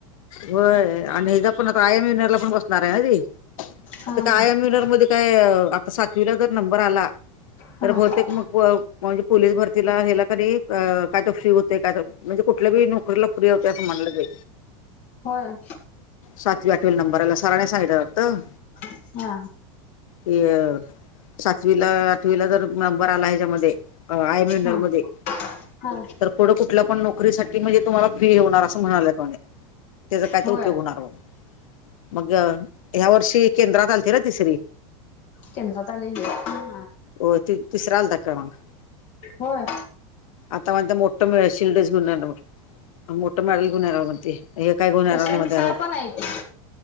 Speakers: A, on the left; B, on the left.
A: होय आणि हचा पण आता आय एम यनरला पण बसणार आहे ना री
B: हा
A: आता का
B: हा
A: आय एम यनर मध्ये काय आता सातवीला जर नंबर आला
B: हा
A: तर बहूतेक मग म्हणजे पोलीस भरतीला हला कधी काय तर फ्री होते काय म्हणजे कुठल्या बी नोकरीला फ्री होते असं म्हणलं ते
B: होय.
A: सातवी आठवीला नंबरला साराने सांगितल होत.
B: हा.
A: ह. सातवीला आठवीला जर नंबर आला हच्यामध्ये आय मनर
B: हा
A: मध्ये
B: हा.
A: तर पुढं कुठल्या पण नोकरीसाठी म्हणजे तुम्हाला फ्री होणार असं म्हणालं म्हने. त्याचा काय
B: होय
A: तर उपयोग होणार म्हणून मग ह्या वर्षी केंद्रात आलते ना ति सगळी
B: केंद्रात आलेली.
A: हो त तिसरा आल्या क्रमांक करवग
B: हो.
A: आता म्हण मोठ म शिल्डस घेऊन ये मोठं मेडल घेऊन ये म्हण ते हे काय गुन नाही
B: तशी हुशार
A: मध्ये
B: पण आहे ती